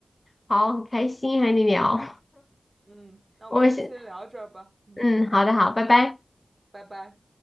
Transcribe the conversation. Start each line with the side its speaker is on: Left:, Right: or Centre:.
Left: 好，很开心和你聊，
Right: 嗯，那我们今天先聊到这儿吧，
Left: 我先
Right: 嗯，
Left: 嗯，好的好，拜拜。
Right: 拜拜。